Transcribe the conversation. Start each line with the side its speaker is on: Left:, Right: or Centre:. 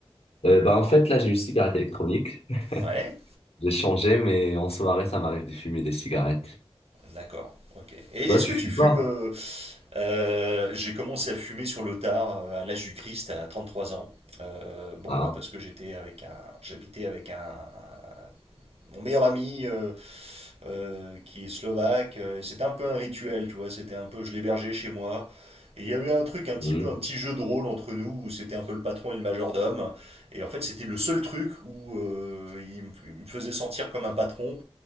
Left: Euh, bah, en fait, là, j'ai une cigarette électronique. <laughs>
Right: Ouais.
Left: J'ai changé, mais en soirée, ça m'arrive de fumer des cigarettes.
Right: D'accord. Ok. Et
Left: Toi,
Right: est-ce
Left: tu
Right: que
Left: fumes
Right: tu fumes
Left: pas?
Right: euh, euh, J'ai commencé à fumer sur le tard, euh, à l'âge du Christ, à trente trois ans. Euh, bon
Left: Ah,
Right: voilà, parce que j'étais avec un, j'habitais avec un, un- mon meilleur ami euh, euh, qui est slovaque. Euh, C'était un peu un rituel, tu vois. C'était un peu, je l'hébergeais chez moi. Et il y avait un truc, un petit
Left: hmm,
Right: peu, un petit jeu de rôle entre nous où c'était un peu le patron et le majordome. Et en fait, c'était le seul truc où euh, il me, il me faisait sentir comme un patron